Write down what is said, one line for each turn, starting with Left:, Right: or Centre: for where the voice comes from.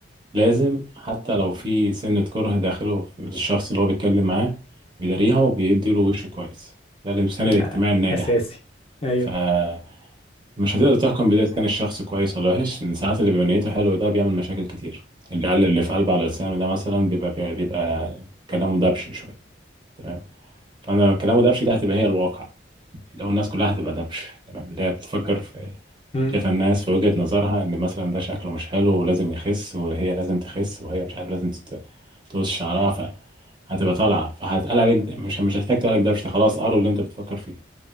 Right: لازم حتى لو في سنة كره داخله في الشخص اللي هو بيتكلم معاه بيداريها وبيدي له وش كويس ده الإنسان الاجتماعي
Left: آه،
Right: الناجح
Left: اساسي ايوه
Right: فمش هتقدر تحكم بداية كان الشخص كويس ولا وحش إن ساعات اللي بيبقى نيته حلوة ده بيعمل مشاكل كتير اللي قال اللي في قلبه على لسانه ده مثلا بيبقى بيبقى, بيبقى كلامه دبش شوية تمام فأنا كلامه دبش دي هتبقى هي الواقع اللي هو الناس كلها هتبقى دبش تمام اللي هي بتفكر في
Left: مم.
Right: شايف الناس في وجهة نظرها ان مثلا ده شكله مش حلو ولازم يخس وهي لازم تخس وهي مش عارف لازم تت- تقص شعرها فهتبقى طالعه فهتقال عليك ده- مش مش هتحتاج تقول عليك ده مش خلاص قروا اللي انت بتفكر فيه